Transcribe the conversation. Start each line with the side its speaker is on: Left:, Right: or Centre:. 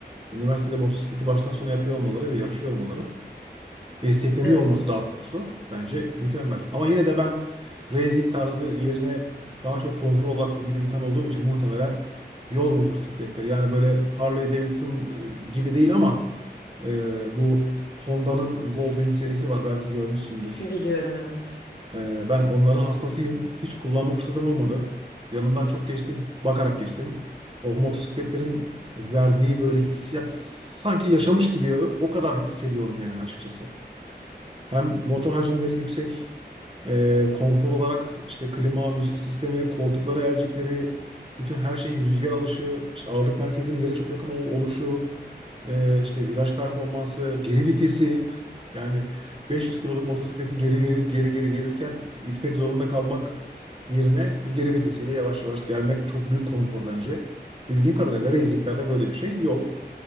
Right: üniversitede motosikleti baştan sona yapıyor olmaları ve yarışıyor olmaları destekleniyor
Left: Evet.
Right: olması daha doğrusu bence mükemmel. Ama yine de ben racing tarzı yerine daha çok konfor odaklı bir insan olduğum için muhtemelen yol motosikletleri yani böyle Harley Davidson e, gibi değil ama e, bu Honda'nın Goldwing serisi var belki görmüşsündür.
Left: Biliyorum evet.
Right: Ee, ben onların hastasıyım. Hiç kullanma fırsatım olmadı. Yanından çok geçtim. Bakarak geçtim. O motosikletlerin verdiği böyle hissiyat sanki yaşamış gibi o o kadar hissediyorum yani açıkçası. Hem motor hacimleri yüksek. E, konfor olarak işte klima, müzik sistemi, koltukları, elcikleri, bütün her şeyi, rüzgar alışı, işte ağırlık merkezinin yere çok yakın ol- oluşu, e, işte viraj performansı, geri vitesi. <laughs> Yani 500 kiloluk motosikleti geri geri geri gelirken itmek zorunda kalmak yerine geri vitesiyle yavaş yavaş gelmek çok büyük konfor bence. Bildiğim kadarıyla racing'lerde böyle bir şey yok